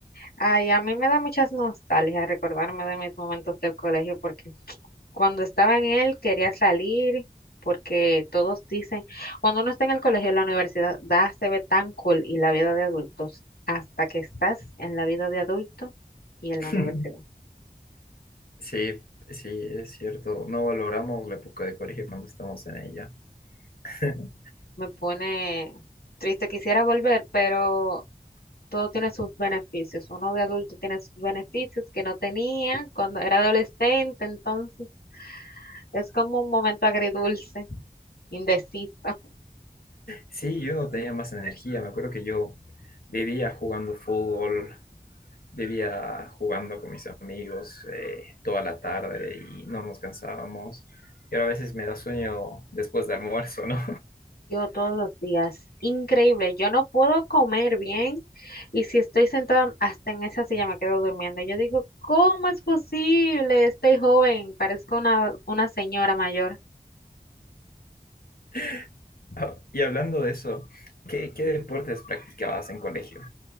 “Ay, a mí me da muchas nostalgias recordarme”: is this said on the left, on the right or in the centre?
Left